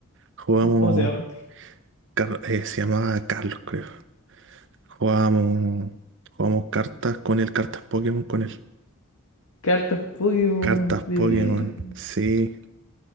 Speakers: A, on the right; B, on the left.
A: Jugamos,
B: ¿cómo se llama? el profe?
A: Car- eh, se llamaba Carlos, creo. Jugamos, jugamos cartas con él, cartas Pokémon con él.
B: Cartas Pokémon,
A: Cartas
B: tremendo.
A: Pokémon, sí,